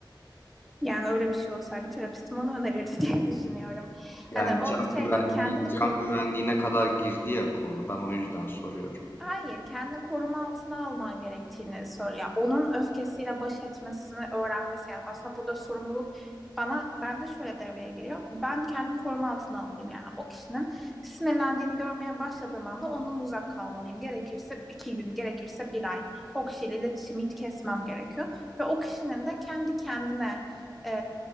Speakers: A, in the centre; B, on the left (about 25°).
A: Yani öyle bir şey olsaydı terapistim onu önerirdi <laughs> diye düşünüyorum.
B: Yani
A: Hani o
B: can
A: şey
B: güvenliği,
A: diyor kendini
B: can
A: koruma,
B: güvenliğine kadar girdi ya konu. Ben o yüzden soruyorum.
A: Hayır, kendini koruma altına alman gerektiğini söylüyor. Onun öfkesiyle baş etmesini öğrenmesi yani aslında burada sorumluluk bana ben de şöyle devreye giriyor. Ben kendimi koruma altına almalıyım yani o kişinin sinirlendiğini görmeye başladığım anda ondan uzak kalmalıyım. Gerekirse iki gün, gerekirse bir ay o kişiyle iletişimi hiç kesmem gerekiyor ve o kişinin de kendi kendine e,